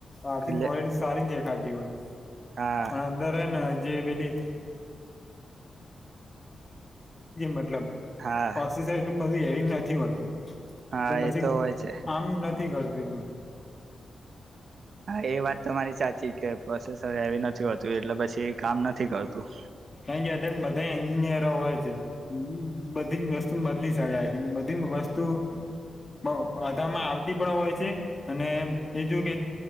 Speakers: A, on the left; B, on the right.
A: આર્થિંગ
B: એટલે
A: કોલટી સારીં ખાધી હોય
B: હા
A: પણ અંદરને જે પેલી <unintelligible>
B: હા
A: પોસેસર એટલું બધું હેરિંગ નથી હોતું
B: હા
A: એટલે પછી
B: એ તો હોય છે
A: આમ ન થી કરતું એમ
B: હા એ વાત તમારી સાચી કે પ્રોસેસર હેવી નથી હોતું એટલે પછી કામ નથી કરતું.
A: એની જાતે બધા એન્જિનિયરો હોય છે બધી જ વસ્તુ બદલી શકાય છે બધી વસ્તુ બઉ બધામાં આવતી પણ હોય છે અને બીજું કે